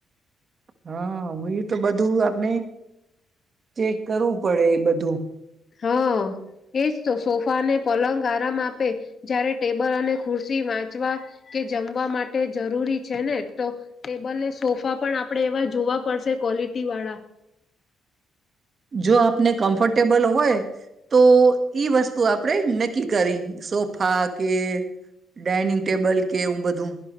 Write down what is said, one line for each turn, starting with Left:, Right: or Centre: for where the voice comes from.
Right: હા હું એ તો બધું આપને. ચેક કરવું પડે એ બધું.
Left: હા એજ તો સોફા અને પલંગ આરામ આપે, જયારે ટેબલ અને ખુરશી વાંચવા કે જમવા માટે જરૂરી છે ને. તો ટેબલ ને સોફા પણ આપણે એવા જોવા પડશે ક્વોલિટી વાળા.
Right: જો આપને કમ્ફર્ટેબલ હોય તો ઈ વસ્તુ આપણેે નક્કી કરી. સોફા કે ડાઇનિંગ ટેબલ કે એવું. બધું